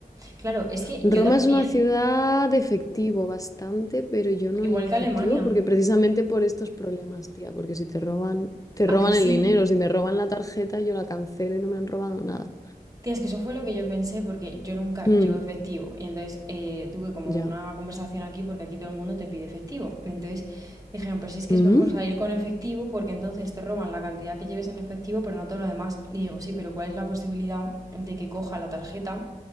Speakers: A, on the right; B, on the left.
A: Claro, es que
B: Roma
A: yo también,
B: es una ciudad de efectivo bastante, pero yo no
A: igual
B: llevo
A: que
B: efectivo
A: Alemania.
B: porque precisamente por estos problemas, tía, porque si te roban, te roban
A: ¿A que sí?
B: el dinero, si me roban la tarjeta, yo la cancelo y no me han robado nada.
A: Tía, es que eso fue lo que yo pensé porque yo nunca
B: Mm,
A: llevo efectivo y entonces eh, tuve como
B: ya.
A: una conversación aquí porque aquí todo el mundo te pide efectivo. Entonces dijeron, pero si es que
B: Mm.
A: es mejor salir con efectivo porque entonces te roban la cantidad que lleves en efectivo pero no todo lo demás. Y digo, sí, pero ¿cuál es la posibilidad de que coja la tarjeta?